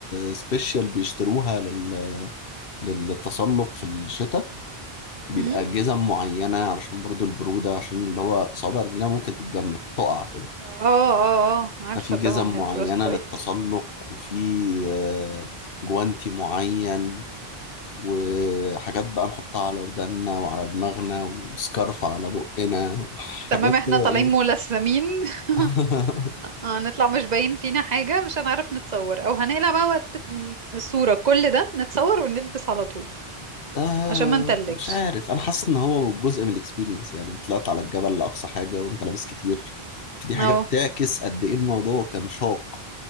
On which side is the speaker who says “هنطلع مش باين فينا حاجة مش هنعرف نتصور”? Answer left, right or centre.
Right